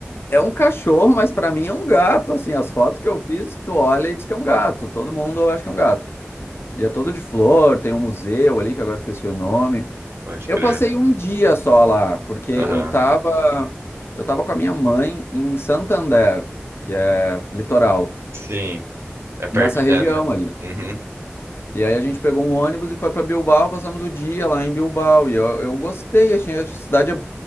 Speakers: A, on the left (about 60°); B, on the right (about 75°).
A: é um cachorro, mas pra mim é um gato. Assim, as fotos que eu fiz, tu olha e diz que é um gato. Todo mundo acha que é um gato. E é todo de flor, tem um museu ali, que agora eu esqueci o nome.
B: Pode
A: Eu
B: crer.
A: passei um dia só lá, porque
B: Aham.
A: eu tava. Eu tava com a minha mãe em Santander, que é litoral,
B: Sim. É perto.
A: nessa região
B: é-
A: aí.
B: Uhum.
A: E aí a gente pegou um ônibus e foi pra Bilbao, passamos o dia lá em Bilbao. E eu, eu gostei, achei a cidade é,